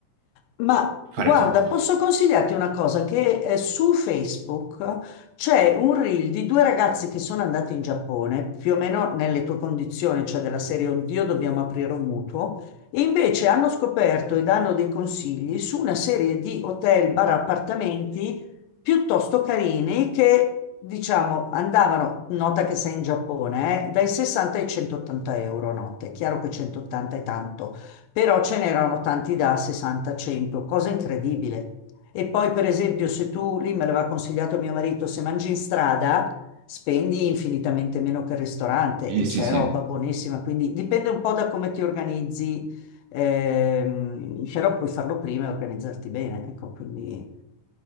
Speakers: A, on the left (about 80°); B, on the right (about 75°).
A: Ma
B: fare
A: guarda,
B: tutto.
A: posso consigliarti una cosa, che eh, su Facebook c'è un reel di due ragazzi che sono andati in Giappone, più o meno nelle tue condizioni, cioè della serie Oddio, dobbiamo aprire un mutuo, e invece hanno scoperto e danno dei consigli su una serie di hotel, bar, appartamenti piuttosto carini che, diciamo, andavano, nota che sei in Giappone, eh, dai 60 ai 180 euro a notte. È chiaro che 180 è tanto però ce n'erano tanti da 60-100, cosa incredibile. E poi, per esempio, se tu, lì me l'aveva consigliato mio marito, se mangi in strada, spendi infinitamente meno che il ristorante
B: Sì,
A: e
B: sì,
A: c'è
B: sì.
A: roba buonissima, quindi dipende un po' da come ti organizzi, ehm, però puoi farlo prima e organizzarti bene, ecco, quindi